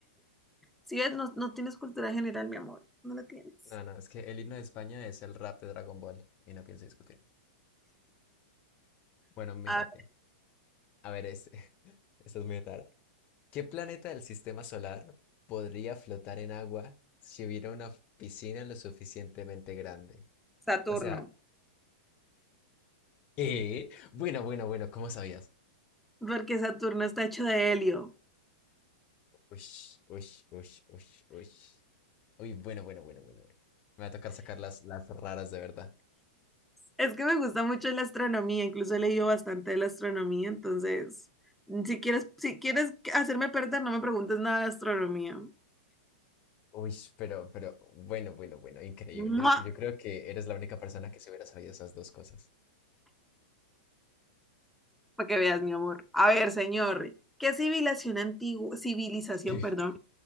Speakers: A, in the centre; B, on the left (about 35°).
A: ¿Sí ves? No, no tienes cultura general, mi amor. No la tienes.
B: No, no, es que el himno de España es el rap de Dragon Ball y no pienso discutirlo. Bueno, mírate.
A: A ver,
B: A ver, este. <laughs> Esta es muy rara. ¿Qué planeta del sistema solar podría flotar en agua si hubiera una piscina lo suficientemente grande?
A: Saturno.
B: O sea, ¿eh? Bueno, bueno, bueno, ¿cómo sabías?
A: Porque Saturno está hecho de helio.
B: Ush, uy, uy, uy, uy. Uy, bueno, bueno, bueno, bueno, bueno. Me va a tocar sacar las, las raras de verdad.
A: Es que me gusta mucho la astronomía, incluso he leído bastante de la astronomía, entonces, si quieres, si quieres hacerme perder, no me preguntes nada de astronomía.
B: Uy, pero, pero, bueno, bueno, bueno, increíble.
A: ¡Mua!
B: Yo creo que eres la única persona que se hubiera sabido esas dos cosas. <laughs>
A: Para que veas, mi amor. A ver, señor, ¿qué civilización antigua, civilización,
B: Sí.
A: perdón,